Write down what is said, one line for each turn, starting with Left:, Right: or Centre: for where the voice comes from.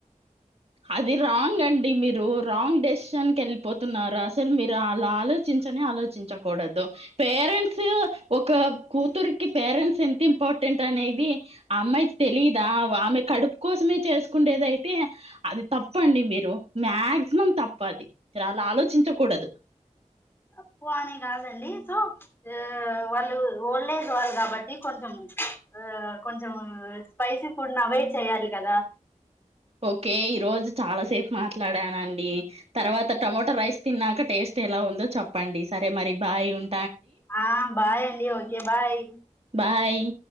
Right: అది రాంగ్ అండి మీరు రాంగ్ డెసిషన్ కెళ్ళిపోతున్నారు అసలు మీరు అలా ఆలోచించనే ఆలోచించకూడదు పేరెంట్స్ ఒక కూతురికి పేరెంట్స్ ఎంత ఇంపార్టెంట్ అనేది అమ్మాయికి తెలిదా ఆమె కడుపు కోసమే చేసుకుండేదయితే అది తప్పండి మీరు మాక్సిమం తప్ప అది మీరు అలా ఆలోచించకూడదు
Left: అప్పు అనే కాదండీ సో ఆ వాళ్ళు ఓల్డ్ ఏజ్ వాళ్ళు కాబట్టి కొంచెం ఆ కొంచం స్పైసీ ఫుడ్ ను అవాయిడ్ చేయాలి కదా
Right: ఓకే ఈ రోజు చాలాసేపు మాట్లాడానండి తర్వాత టమాటో రైస్ తిన్నాక టేస్ట్ ఎలా ఉందో చెప్పండి సరే మరి బాయ్ ఉం
Left: ఆ బాయ్ అండి ఒకే బాయ్
Right: బాయ్